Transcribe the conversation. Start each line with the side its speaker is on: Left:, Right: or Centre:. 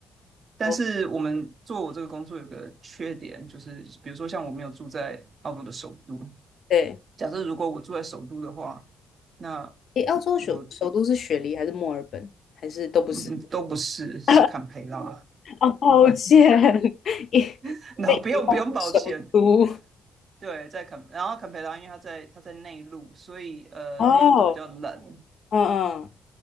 Right: 但是我们做我这个工作有个缺点，
Left: 我
Right: 就是比如说像我没有住在澳洲的首都，
Left: 对，
Right: 假设如果我住在首都的话，那
Left: 诶，澳洲首首都是雪梨还是墨尔本，
Right: 我
Left: 还是都不是？
Right: 嗯嗯都不是是坎培拉，
Left: <laughs> 哦，抱歉，<laughs>
Right: <laughs> 然后不用不用抱歉，
Left: 首都
Right: 对，在坎，然后坎培拉因为它在它在内陆，所以呃内陆都比较冷，
Left: 哦，嗯嗯，